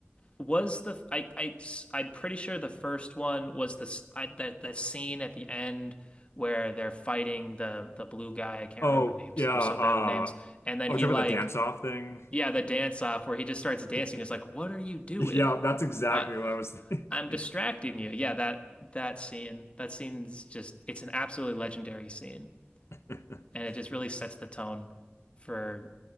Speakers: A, on the left; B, on the left.
A: was the I I I'm pretty sure the first one was this I, that that scene at the end where they're fighting the the blue guy. I can't
B: Oh,
A: remember names.
B: yeah,
A: I'm
B: uh
A: so bad with names. And then
B: oh,
A: he
B: talk
A: like
B: about the dance off thing.
A: yeah, the dance off where he just starts dancing.
B: <laughs>
A: It's like, what are you doing?
B: Yeah, that's exactly
A: I
B: what I was thinking.
A: I'm distracting you. Yeah, that that scene, that scene's just it's an absolutely legendary scene,
B: <laughs>
A: and it just really sets the tone for